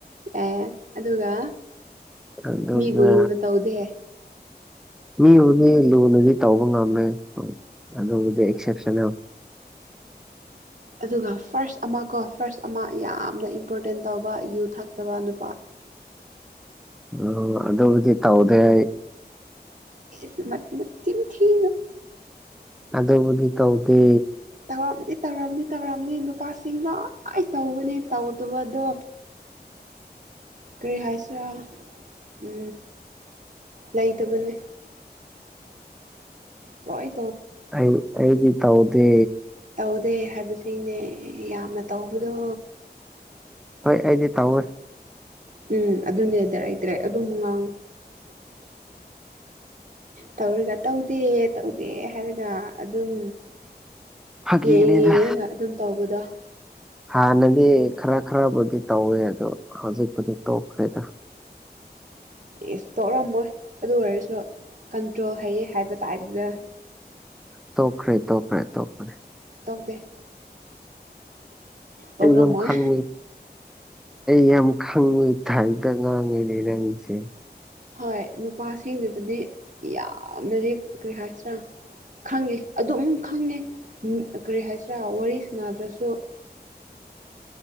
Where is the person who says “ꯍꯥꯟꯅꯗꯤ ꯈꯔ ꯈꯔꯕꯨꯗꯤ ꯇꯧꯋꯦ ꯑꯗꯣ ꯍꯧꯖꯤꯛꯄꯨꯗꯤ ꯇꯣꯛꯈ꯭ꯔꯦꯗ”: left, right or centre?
Centre